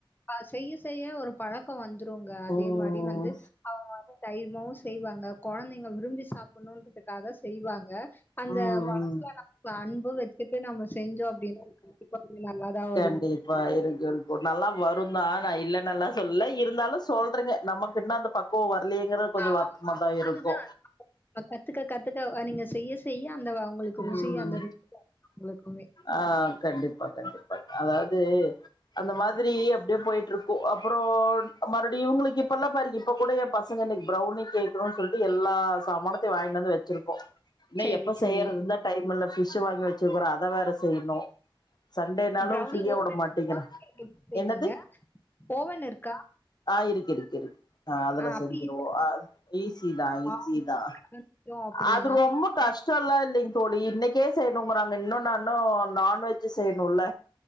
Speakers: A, on the left (about 20°); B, on the left (about 50°).
A: ஆ செய்ய செய்ய ஒரு பழக்க வந்துருங்க அதே
B: ம்
A: மாதிரி வந்து அவுங்க வந்து தைரியமு செய்வாங்க குழந்தைங்க விரும்பி சாப்பிடணும்ன்றதுக்காக செய் வாங்க அந்த
B: ம்
A: மனசுல
B: ம்
A: நம்ம அன்பு வச்சட்டு நம்ம செஞ்சோ அப்புடின்ன கண்டிப்பா கொஞ்ச நல்லா தா வரும்
B: கண்டிப்பா இருக்கு இருக்கு நல்லா வருந்தா நா இல்லலைன்னல்லா சொல்லல இருந்தாலு சொல்றேங்க நமக்கு இன்னு அந்த பக் குவே வரலைங்குற கொஞ்ச
A: ஆ
B: வருத்தமாதா இருக்கு
A: அதுதான் கத்துக்க கத்துக்க ஆ நீங்க செய்ய செய்ய அந்த உங்களுக்கு
B: ம்
A: ருசி அந்த ருசி உங்களுக்குமே.
B: ஆ கண்டிப்பா கண்டிப்பா அதாவது அந்த மாறி அப்புடியே போயிட்டு இருக்கு அப்புறே மறுபடியு இவுங்களுக்கு இப்ப எல்லா பாருக்க இப்ப கூட பசங்க இன்னைக்கு பிரௌனி கேக்கனுன்னு சொல்ட்டு எல்லா ஜாமானத்தயு வாங்கிட்டு வந்து வச் வச்சிருக்கோ ஏன்னா
A: சரி,
B: எப்ப
A: சரி.
B: செய்யறதுந்தா டைம் இல்ல ஃபிஷ்ஷு வாங்கி வச்சுருக்குறோ அத வேற செய்ணு சண்டேனாலு
A: ப்ரௌனி
B: ஃப்ரீயா
A: ஓவன்
B: விட மாட்டீங்க
A: எப்படி செய்வீங்க?
B: என்னது
A: ஓவன் இருக்கா
B: ஆஹ் இருக்கு இருக்கு இருக்கு ஆஹ் அதுல
A: ஆ அப்படி
B: செஞ்சுருவோ
A: ஈஸியா
B: அஹ் ஈசி தா
A: மாவு
B: ஈசி தா
A: அரைச்சிட்டோம் அப்டின்னா
B: அது ரொம்ப கஷ் ல்லா இல்லைங்க தோழி இன்னைக்கே செய்ணுங்கறாங்க இன்னு நா இன்னு நான்வெஜ்ஜு செய்ணுல